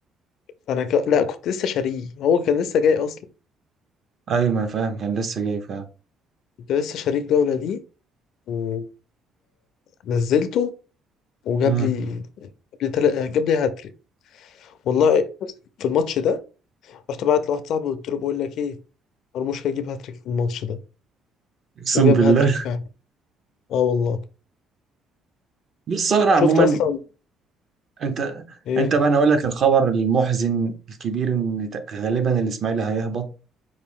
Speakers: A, on the left; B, on the right.
A: انا ك... لا كنت لسه شاريه هو كان لسه جاي اصلا
B: ايوه ما انا فاهم كان لسه جاي فاهم
A: كنت لسه شاريه الجوله دي و... ونزلته وجاب
B: امم
A: لي جاب لي تل... جاب لي هاتريك والله في الماتش ده رحت بعت لواحد صاحبي قلت له بقول لك ايه مرموش هيجيب هاتريك في الماتش ده
B: اقسم
A: وجاب
B: بالله
A: هاتريك فعلا اه والله
B: بص هو أنا عموما
A: شفت اصلا
B: انت
A: ايه
B: انت بقى انا اقول لك الخبر المحزن الكبير ان ت- غالبا الاسماعيلي هيهبط